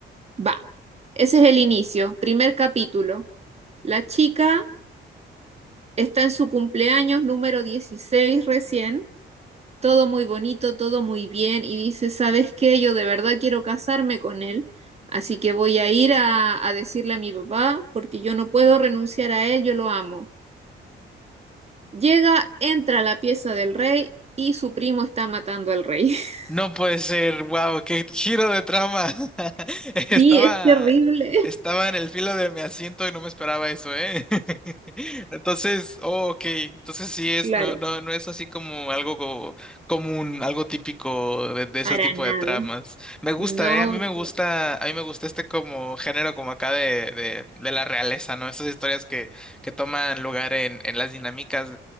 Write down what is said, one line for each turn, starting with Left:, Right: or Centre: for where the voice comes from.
Right: Va. Ese es el inicio, primer capítulo. La chica está en su cumpleaños número 16 recién todo muy bonito, todo muy bien, y dice, ¿sabes qué? Yo de verdad quiero casarme con él, así que voy a ir a, a decirle a mi papá, porque yo no puedo renunciar a él, yo lo amo. Llega, entra a la pieza del rey y su primo está matando al rey. <laughs>
Centre: No puede ser, wow, qué giro de trama. <laughs>
Right: Sí,
Centre: Estaba,
Right: es terrible.
Centre: estaba en el filo de mi asiento y no me esperaba eso, ¿eh? <laughs> Entonces, oh, ok, entonces sí es,
Right: Claro,
Centre: no, no, no es así como algo co- común, algo típico de, de ese
Right: para
Centre: tipo
Right: nada.
Centre: de tramas. Me gusta,
Right: No,
Centre: ¿eh? A mí
Right: no,
Centre: me gusta, a mí me gusta este como género como acá de, de, de la realeza, ¿no? Esas historias que, que toman lugar en, en las dinámicas